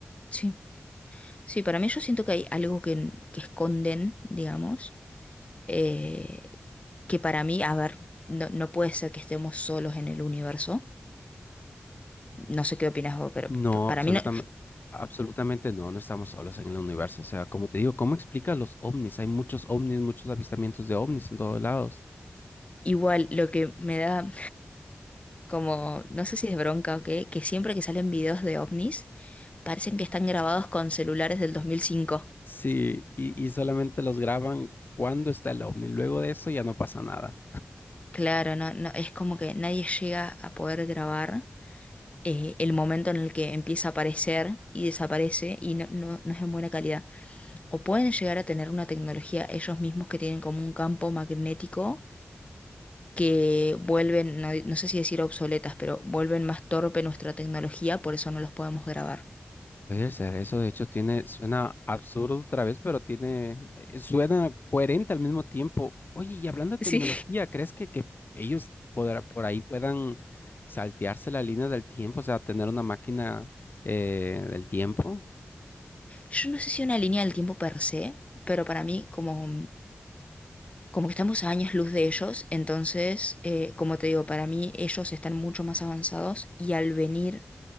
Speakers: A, on the left; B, on the left.
A: Sí, sí, para mí yo siento que hay algo que, que esconden, digamos eh, que para mí, a ver, no, no puede ser que estemos solos en el universo. No sé qué opinas vos, pero
B: No,
A: p- para
B: absolutamente,
A: mí no.
B: absolutamente no, no estamos solos en el universo. O sea, como te digo, ¿cómo explica los ovnis? Hay muchos ovnis, muchos avistamientos de ovnis en todos lados.
A: Igual lo que me da como, no sé si es bronca o qué, que siempre que salen videos de ovnis, parecen que están grabados con celulares del dos mil cinco
B: Sí, y, y solamente los graban cuando está el ovni. Luego de eso ya no pasa nada.
A: Claro, no, no, es como que nadie llega a poder grabar eh, el momento en el que empieza a aparecer y desaparece y no, no, no es en buena calidad. O pueden llegar a tener una tecnología ellos mismos que tienen como un campo magnético que vuelven, no, no sé si decir obsoletas, pero vuelven más torpe nuestra tecnología, por eso no los podemos grabar.
B: Puede ser, eso de hecho tiene, suena absurdo otra vez, pero tiene, eh, suena coherente al mismo tiempo. Oye, y hablando de
A: Sí.
B: tecnología, ¿crees que, que ellos podrá- por ahí puedan saltearse la línea del tiempo? O sea, tener una máquina eh, del tiempo.
A: Yo no sé si una línea del tiempo per se, pero para mí como, como que estamos a años luz de ellos, entonces, eh, como te digo, para mí ellos están mucho más avanzados y al venir,